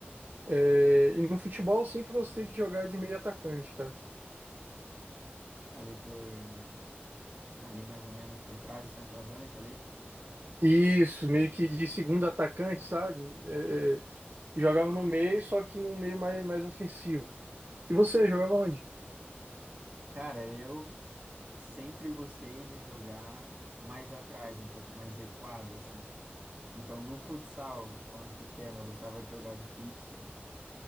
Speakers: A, on the right; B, on the right.
A: É, e no futebol eu sempre gostei de jogar de meio atacante, cara.
B: Ali por. Ali mais ou menos por trás do centroavante ali?
A: Isso, meio que de segundo atacante, sabe? É, é, jogava no meio, só que num meio mais, mais ofensivo. E você, jogava onde?
B: Cara, eu sempre gostei de jogar mais atrás, um pouco mais recuado, assim. Então, no futsal, quando pequeno, eu gostava de jogar de fixo.